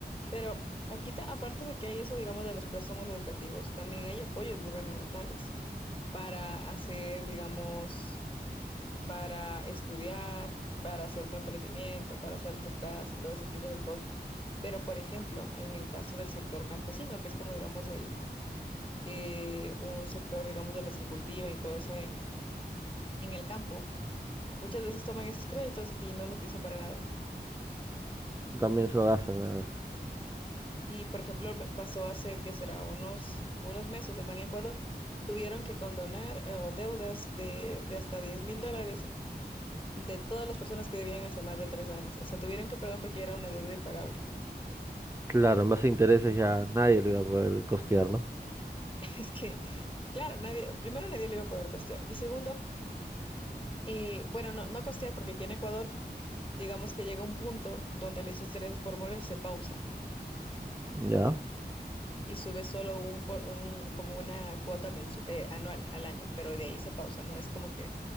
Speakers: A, on the left; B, on the right.
A: Pero aquí, ta- aparte de que hay eso, digamos, de los préstamos educativos, también hay apoyos gubernamentales para hacer, digamos, para estudiar, para hacer tu emprendimiento, para hacer tu casa y todo ese tipo de cosas. Pero, por ejemplo, en el caso del sector campesino, que es como, digamos, el, eh, un sector, digamos, de los que cultivan y todo eso en, en el campo, muchas veces toman esos créditos y no lo utilizan para nada.
B: También se lo gastan nada más.
A: Y por ejemplo, me pasó hace que será unos, unos meses en Ban Ecuador, tuvieron que condonar eh, o deudas de, de hasta diez mil dólares de todas las personas que debían hace más de tres años. O sea, tuvieron que perdón porque era una deuda impagable.
B: Claro, en base a intereses ya nadie lo iba a poder costear, ¿no?
A: <laughs> Es que, claro, nadie, primero nadie le iba a poder costear. Y segundo, eh, bueno, no, no costear porque aquí en Ecuador, digamos que llega un punto donde los intereses por mora se pausan.
B: Ya.
A: y sube solo un, por, un como una cuota mensu- eh, anual al año, pero de ahí se pausa, no es como que,